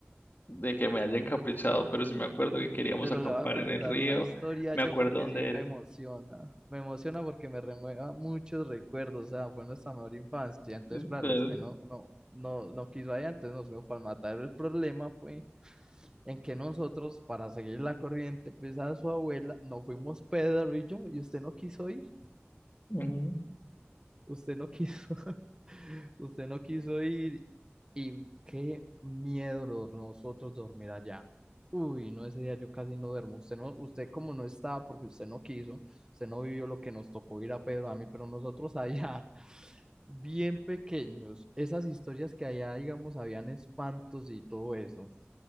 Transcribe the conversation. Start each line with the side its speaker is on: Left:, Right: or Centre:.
Left: de que me haya encaprichado, pero sí me acuerdo que queríamos
Right: Pero
Left: acampar
Right: le voy a contar
Left: en el río,
Right: la historia
Left: me
Right: yo
Left: acuerdo
Right: porque
Left: dónde
Right: sí me
Left: era.
Right: emociona. Me emociona porque me remueva muchos recuerdos. O sea, fue nuestra mejor infancia. Entonces,
Left: Entonces,
Right: claro, usted no, no, no, no quiso allá, entonces nos fuimos para el matadero. El problema fue en que nosotros, para seguir la corriente, pues a su abuela, no fuimos Pedro y yo, y usted no quiso ir.
Left: Ujú.
Right: Usted no quiso, <laughs> usted no quiso ir y qué miedo lo- nosotros dormir allá. Uy, no, ese día yo casi no duermo. Usted no, usted como no estaba porque usted no quiso, usted no vivió lo que nos tocó ir a Pedro, a mí, pero nosotros allá, <laughs> bien pequeños, esas historias que allá, digamos, habían espantos y todo eso,